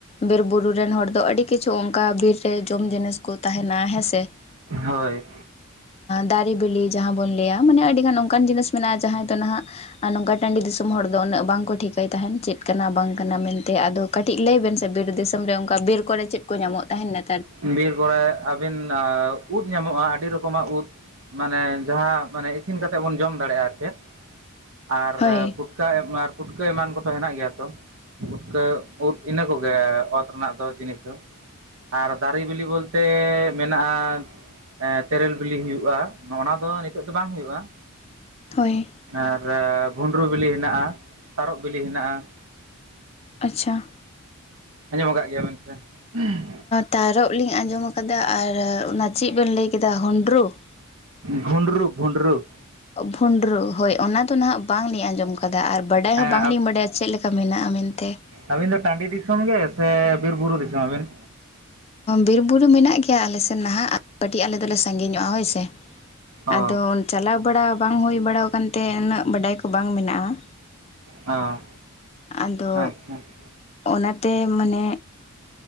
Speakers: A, on the left; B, on the right.
A: ᱵᱤᱨ ᱵᱩᱨᱩ ᱨᱮᱱ ᱦᱚᱲ ᱫᱚ ᱟᱹᱰᱤ ᱠᱤᱪᱷᱩ ᱚᱱᱠᱟ ᱵᱤᱨᱼᱼ ᱡᱚᱢ ᱡᱤᱱᱤᱥ ᱠᱚ ᱛᱟᱦᱮᱱᱟ ᱦᱮᱸ ᱥᱮ ᱾
B: ᱦᱳᱭ
A: ᱫᱟᱨᱮ ᱵᱮᱞᱤ ᱡᱟᱦᱟᱸ ᱵᱚᱱ ᱞᱟᱹᱭᱟ, ᱢᱟᱱᱮ ᱟᱹᱰᱤ ᱜᱟᱱ ᱚᱱᱠᱟᱱ ᱡᱤᱱᱤᱥ ᱢᱮᱱᱟᱜᱼᱟ ᱡᱟᱦᱟᱸ ᱫᱚ ᱱᱟᱜᱼᱼ ᱟᱨ ᱱᱚᱝᱠᱟ ᱴᱟᱺᱰᱤ ᱫᱤᱥᱚᱢ ᱦᱚᱲ ᱫᱚ ᱩᱱᱟᱹᱜ ᱵᱟᱝᱠᱚ ᱴᱷᱤᱠᱟᱭ ᱛᱟᱦᱮᱱ ᱪᱮᱫ ᱠᱟᱱᱟ ᱵᱟᱝ ᱠᱟᱱᱟ ᱢᱮᱱᱛᱮ ᱟᱫᱚᱼᱼ ᱠᱟᱹᱴᱤᱡ ᱞᱟᱹᱭ ᱵᱮᱱ ᱥᱮ ᱵᱤᱨ ᱫᱤᱥᱚᱢ ᱨᱮ, ᱚᱱᱠᱟ ᱵᱤᱨ ᱠᱚᱨᱮ ᱪᱮᱫ ᱠᱚ ᱧᱟᱢᱚᱜ ᱛᱟᱦᱮᱱᱟ?
B: ᱵᱤᱨ ᱠᱚᱨᱮ ᱟᱹᱵᱤᱱ ᱩᱫ ᱧᱟᱢᱚᱜᱼᱟ ᱟᱹᱰᱤ ᱨᱚᱠᱚᱢᱟᱜ ᱩᱫ ᱾ ᱢᱟᱱᱮ ᱡᱟᱦᱟᱸ ᱢᱟᱱᱮ ᱤᱥᱤᱱ ᱠᱟᱛᱮ ᱵᱚᱱ ᱡᱚᱢ ᱫᱟᱲᱮᱭᱟᱜᱼᱟ ᱟᱨ ᱪᱮᱫ ᱾ ᱟᱨᱼᱼ
A: ᱦᱳᱭ
B: ᱠᱟ ᱟᱨ ᱢᱟᱨ ᱯᱩᱴᱠᱟᱹ ᱮᱢᱟᱱ ᱠᱚᱫᱚ ᱦᱮᱱᱟᱜ ᱜᱮᱭᱟ ᱛᱚ ᱾ ᱯᱩᱴᱠᱟᱹ ᱩᱫ ᱤᱱᱟᱹ ᱠᱚᱜᱮ ᱚᱛ ᱨᱮᱱᱟᱜ ᱫᱚ ᱡᱤᱱᱤᱥ ᱫᱚ ᱟᱨᱼᱼ ᱫᱟᱨᱮ ᱵᱤᱞᱤ ᱵᱚᱞᱛᱮ ᱢᱮᱱᱟᱜᱼᱟᱼᱼ ᱛᱮᱨᱮᱞ ᱵᱤᱞᱤ ᱦᱩᱭᱩᱜᱼᱟ ᱱᱚᱜᱼᱚᱭ ᱱᱚᱣᱟ ᱫᱚ ᱱᱤᱛᱚᱜ ᱫᱚ ᱵᱟᱝ ᱦᱩᱭᱩᱜᱼᱟ ᱾
A: ᱦᱚᱭ ᱾
B: ᱟᱨ ᱵᱷᱩᱸᱰᱨᱩ ᱵᱤᱞᱤ ᱦᱮᱱᱟᱜᱼᱟ ᱛᱟᱨᱚᱵ ᱵᱤᱞᱤ ᱦᱮᱱᱟᱜᱼᱟ ᱾
A: ᱟᱪᱪᱷᱟ ᱾
B: ᱟᱸᱡᱚᱢ ᱟᱠᱟᱫ ᱜᱮᱭᱟᱵᱮᱱ ᱥᱮ ᱾
A: ᱛᱟᱨᱚᱵ ᱞᱤᱧ ᱟᱸᱡᱚᱢ ᱟᱠᱟᱫᱟ ᱟᱨ ᱚᱱᱟ ᱪᱮᱫ ᱵᱮᱱ ᱞᱟᱹᱭ ᱠᱮᱫᱟ ᱦᱩᱱᱰᱨᱩ ᱾
B: ᱵᱷᱩᱸᱰᱨᱩ ᱵᱷᱩᱸᱰᱨᱩ ᱾
A: ᱵᱷᱩᱸᱰᱨᱩ, ᱦᱚᱭ ᱚᱱᱟᱫᱚ ᱱᱟᱜ ᱵᱟᱝᱞᱤᱧ ᱟᱸᱡᱚᱢ ᱠᱟᱫᱟ ᱟᱨ ᱵᱟᱰᱟᱭ
B: ᱦᱮᱸ
A: ᱦᱚᱸ ᱵᱟᱝᱞᱤᱧ ᱵᱟᱰᱟᱭᱟ ᱪᱮᱫᱞ ᱞᱮᱠᱟ ᱢᱮᱱᱟᱜᱼᱟ ᱢᱮᱱᱛᱮ ᱾
B: ᱟᱵᱤᱱ ᱫᱚ ᱴᱟᱺᱰᱤ ᱫᱤᱥᱚᱢ ᱜᱮ ᱥᱮ ᱵᱤᱨ ᱵᱩᱨᱩ ᱫᱤᱥᱚᱢ ᱟᱵᱤᱱ?
A: ᱵᱤᱨ ᱵᱩᱨᱩ ᱢᱮᱱᱟᱜ ᱜᱮᱭᱟ ᱟᱞᱮ ᱥᱮᱫ ᱱᱟᱜ ᱠᱟᱹᱴᱤᱡ ᱟᱞᱮ ᱫᱚᱞᱮ ᱥᱟᱺᱜᱤ ᱧᱚᱜᱼᱟ ᱦᱚᱭ ᱥᱮ ᱾
B: ᱚ
A: ᱟᱫᱚ ᱪᱟᱞᱟᱣ ᱵᱟᱲᱟ ᱵᱟᱝ ᱦᱩᱭ ᱵᱟᱲᱟ ᱟᱠᱟᱱᱛᱮ ᱩᱱᱟᱹᱜ ᱵᱟᱰᱟᱭ ᱠᱚ ᱵᱟᱝ ᱢᱮᱱᱟᱜᱼᱟ ᱾
B: ᱚᱦ
A: ᱟᱫᱚ
B: ᱟᱪᱪᱷᱟ ᱟᱪᱪᱷᱟ ᱾
A: ᱚᱱᱟᱛᱮ ᱢᱟᱱᱮᱼᱼ